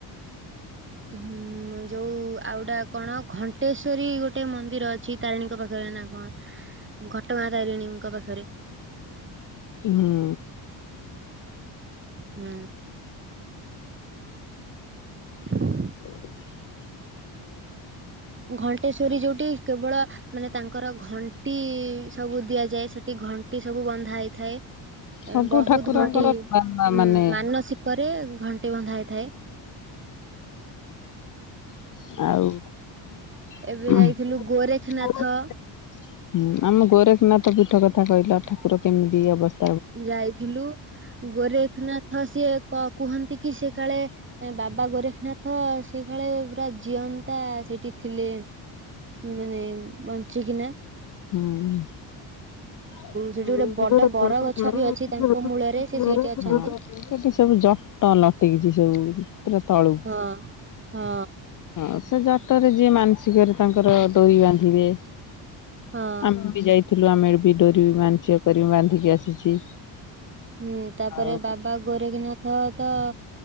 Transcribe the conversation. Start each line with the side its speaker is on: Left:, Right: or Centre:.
Right: ହୁଁ ଯୋଉ ଆଉ ଗଟା କଣ ଘଣ୍ଟେଶ୍ଵରୀ ଗୋଟେ ମନ୍ଦିର ଅ ଅଛି ତାରିଣୀଙ୍କ ପାଖରେ ନା କଣ? ଘଟଗାଁ ତାରିଣୀଙ୍କ ପାଖରେ।
Left: ହୁଁ
Right: ହୁଁ। <inaudible>
Left: ହ <unintelligible>
Right: ଘଣ୍ଟେଶ୍ଵରୀ ଯୋଉଠି କେବଳ ମାନେ ତାଙ୍କର ଘଣ୍ଟି ସବୁ ଦିଆଯାଏ ସେଠି ଘଣ୍ଟି ସବୁ ବନ୍ଧା ହେଇଥାଏ।
Left: ସବୁ
Right: ଏ ବହୁତ
Left: ଠାକୁରଙ୍କର
Right: ଘଣ୍ଟି ଉ
Left: ମା ମାନେ
Right: ମାନସିକରେ ଘଣ୍ଟି ବନ୍ଧା ହେଇଥାଏ
Left: ଆଉ ଉ
Right: ଏବେ ଯାଇଥିଲୁ
Left: ହୁ
Right: ଗୋରେଖନାଥ
Left: ହୁଁ ଆମ ଗୋରେଖନାଥ ପୀଠ କଥା କହିଲା ଠାକୁର କେମିତି ଅବସ୍
Right: ଯାଇଥିଲୁ ଗୋରେଖନାଥ ସିଏ କ କୁହନ୍ତି କି ସେ କାଳେ ଏ - ବାବା ଗୋରେଖନାଥ ସେ ଖାଳେ ପୁରା ଜିଅନ୍ତା ସେଠି ଥିଲେ ମାନେ ବଞ୍ଚିକିନା
Left: ପାଣି ଆଉ
Right: ସେଠି
Left: ଗୋଟେ
Right: ବର
Left: ଗୋଟେ ବଡ
Right: ଗଛ
Left: ଝର
Right: ବି ଅଛି
Left: ଅଛି
Right: ତାଙ୍କ ମୂଳରେ ସେ ସେଇଠି ଅଛନ୍ତି
Left: <unintelligible> ହଁ ସେଠି ସବୁ ଜଟ ଲଟିକିଛି ସବୁ ପୁରା ତଳୁକୁ।
Right: ହଁ ହଁ।
Left: ହଁ ସେ ଜଟରେ ଯିଏ ମାନସିକରେ ତାଙ୍କର ଡୋରି ବାନ୍ଧିବେ।
Right: ହଁ
Left: ଆମେ ବି ଯାଇଥିଲୁ ଆମେ ବି ଡୋରିରୁ ମାନସିକ କରି ବାନ୍ଧିକି ଆସିଛି।
Right: ହୁଁ ତାପରେ
Left: ଆଉ
Right: ବାବା ଗୋରେଖିନାଥ ତ